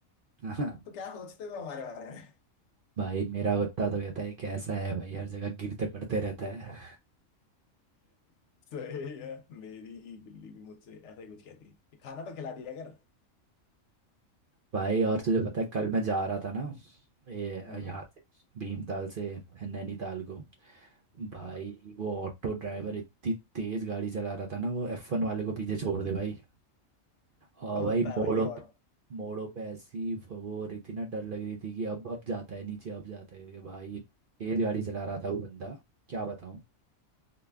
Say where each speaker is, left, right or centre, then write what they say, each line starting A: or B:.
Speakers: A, on the right; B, on the left.
A: <laughs>
B: तो क्या सोचते हो हमारे बारे में
A: भाई मेरा कुत्ता तो कहता है कैसा है भाई हर जगह गिरते पड़ते रहता है
B: <laughs> सही है मेरी बिल्ली भी मुझसे ऐसा ही कुछ कहती है कि खाना तो खिला दिया कर
A: भाई और तुझे पता है कल मैं जा रहा था ना ये
B: हम्म
A: यहाँ से भीमताल से नैनीताल को भाई
B: हाँ,
A: वो ऑटो ड्राइवर इतनी तेज गाड़ी चला रहा था ना वो एफ वन वाले को पीछे छोड़ दे भाई और
B: होता
A: भाई
B: है
A: मोड़ों
B: भाई ये
A: पे
B: ऑट
A: मोड़ों पे ऐसी वो हो रही थी ना डर लग रही थी कि अब अब जाता है नीचे अब जाता है करके भाई तेज गाड़ी चला रहा था वो बंदा क्या बताऊं